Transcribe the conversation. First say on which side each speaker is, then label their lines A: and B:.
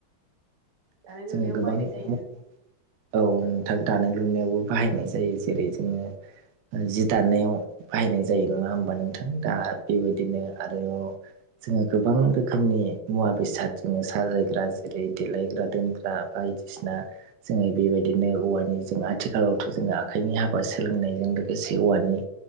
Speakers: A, on the right; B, on the right.
A: दानाय लुनायाव
B: जोङो गोबां
A: बाहायनाय जायोना
B: मु
A: नोंथां
B: औ नोंथां दानाय लुनायावबो बाहायनाय जायो जेरै जोङो ओ जि दाननायाव बाहायनाय जायो नङा होमबा नोंथां दा बेबायदिनो आरो जोङो गोबां रोखोमनि मुवा बेसाद जोङो सा होग्रा जेरै देलायग्रा दोनग्रा बायदिसिना जोङो बेबायदिनो औवानि जों आथिखालावथ' जोङो आखाइनि हाबा सोलोंनायजों लोगोसे औवानि